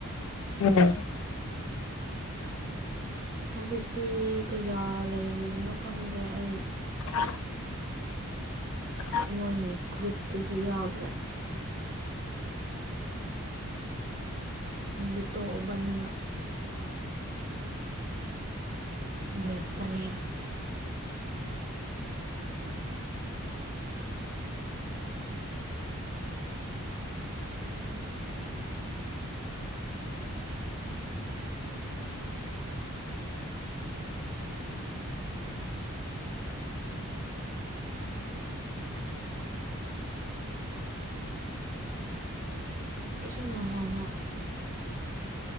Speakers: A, on the left; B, on the right.
A: ꯎꯝ
B: ꯍꯧꯖꯤꯛꯇꯤ ꯀꯌꯥ ꯂꯩꯔꯤꯕꯅꯣ ꯈꯪꯗ꯭ꯔꯦ ꯑꯩ
A: ꯑ <inaudible>
B: ꯃꯣꯏꯒꯤ ꯒ꯭ꯔꯨꯞꯇꯁꯨ ꯌꯥꯎꯗ꯭ꯔꯦ ꯑꯩꯗꯤ ꯇꯣꯛꯑꯕꯅꯤꯅ ꯂꯦꯞ ꯆꯠꯂꯦꯕ ꯑꯩꯁꯨ ꯅꯍꯥꯟꯅ ꯑꯁ